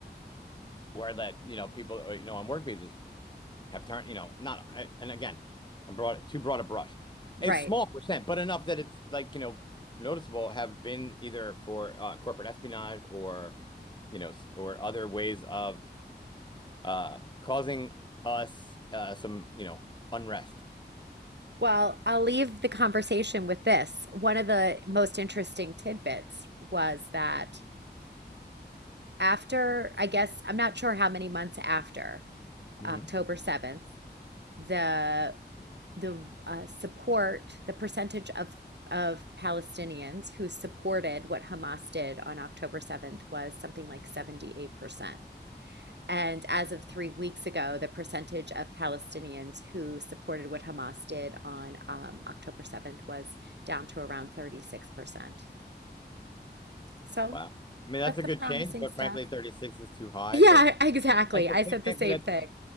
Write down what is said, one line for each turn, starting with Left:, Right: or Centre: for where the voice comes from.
Left: where that you know people uh, you know on work visas have turned you know not and again I'm broad too broad a brush
Right: Right.
Left: a small percent but enough that it's like you know noticeable have been either for uh, corporate espionage or you know or other ways of uh, causing us uh, some you know unrest.
Right: Well, I'll leave the conversation with this. One of the most interesting tidbits was that after, I guess, I'm not sure how many months after
Left: hmm
Right: October 7th, the the uh, support, the percentage of of Palestinians who supported what Hamas did on October 7th was something like 78%. And as of three weeks ago, the percentage of Palestinians who supported what Hamas did on um, October 7th was down to around 36%. So
Left: Wow. I mean that's
Right: that's
Left: a
Right: some
Left: good
Right: promising
Left: change, but
Right: stuff.
Left: frankly 36 is too high.
Right: Yeah,
Left: But
Right: <laughs> exactly.
Left: at the
Right: I said
Left: same,
Right: the same
Left: but at
Right: thing.